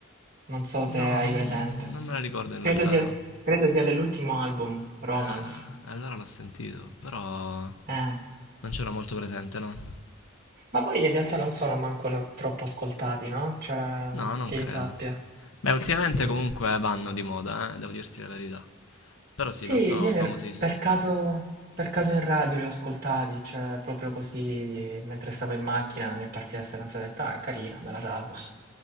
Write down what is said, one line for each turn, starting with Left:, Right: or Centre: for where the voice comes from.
Right: non so se
Left: No,
Right: hai
Left: non,
Right: presente.
Left: non me la ricordo in
Right: Credo
Left: realtà,
Right: sia,
Left: devo-
Right: credo sia dell'ultimo album, Romance.
Left: eh, allora l'ho sentito, però...
Right: Eh.
Left: Non c'ero molto presente, no?
Right: Ma poi in realtà non sono manco troppo ascoltati, no? Cioè,
Left: No, non
Right: che
Left: credo.
Right: io sappia.
Left: Beh, ultimamente
Right: Mm.
Left: comunque vanno di moda, eh, devo dirti la verità. Però sì,
Right: Sì,
Left: non sono
Right: io
Left: famosissimi.
Right: in- per caso, per caso in radio li ho ascoltati, cioè proprio così mentre stavo in macchina mi è partita questa canzone, ho detto, ah, è carina, me la salvo. <laughs>